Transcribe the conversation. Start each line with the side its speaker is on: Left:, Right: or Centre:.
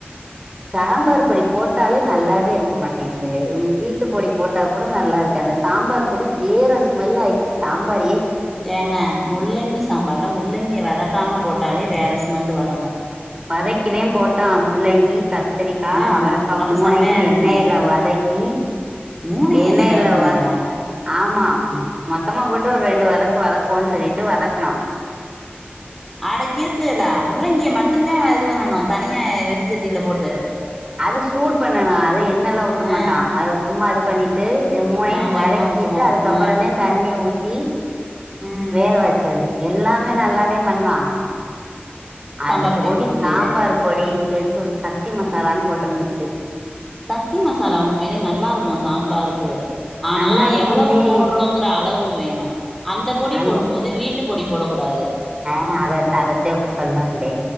Right: சாம்பார் பொடிப் போட்டாலே நல்லாவே இருக்க மாட்டேங்குது வீட்டு பொடி போட்டா கூட நல்லா இருக்கு அந்த சாம்பார் பொடி வே வேற ஸ்மெல்ல ஆயிருச் சாம்பாரயே
Centre: ஏங்க முள்ளங்கி சாம்பார்ல முள்ளங்கிய வதக்காம போட்டாலே வேற ஸ்மெல்லு வரு
Right: வதக்கிதே போட்டோ முள்ளங்கி கத் கத்திரிக்கா
Centre: ஆ
Right: அவரக்கா
Centre: அப்ப
Right: மூனையு
Centre: செம்மையா இருக்குமே
Right: எண்ணெயில வதக்கி
Centre: மூணையு
Right: எண்ணேல
Centre: எண்ணெயில வதக்குனீகளா
Right: வ ஆமா மொத்தமா போட்டு ஒரு ரெண்டு வதக் வதக்குவோன்னு சொல்லிட்டு வதக்குனா
Centre: அட கிறுக்குகள முள்ளங்கிய மட்டுதே இது பண்ணனு தனியா வெருஞ்சட்டில போட்டு
Right: அது சூடு பண்ணவே அத எண்ணலா ஊத்தமாட்டா
Centre: ஆ
Right: அத சும்மா அது பண்ணிட்டு இது மூனையும்
Centre: நாங்க
Right: வதக்
Centre: எண்ண
Right: க்கிட்டு
Centre: ஊத்துவோ
Right: அதுக்கப்புறதே
Centre: ஆ
Right: தண்ணி ஊத் த்தி
Centre: ம்
Right: வேக வச்சது எல்லாமே நல்லாதே பண்ணுவா
Centre: சாம்பார்
Right: அந்த பொடி
Centre: போட்டுவுட்டீக
Right: சாம்பார் பொடி எடுத்து சத்தி மசாலான்னு போட்ருந்துச்சு
Centre: சக்தி மசாலா உண்மைலேநல்லா இருக்கு சாம்பாருக்கு ஆனா
Right: நல்லா இருக்குந்தே
Centre: எவ்வளவு போடுறோங்கிற அளவு வேணு அந்த பொடி
Right: நல்
Centre: போடும் போது வீட் வீட்டு பொடி போடக்கூடாது
Right: ஆ அத அதத்தே இப்ப சொல்லவந்தே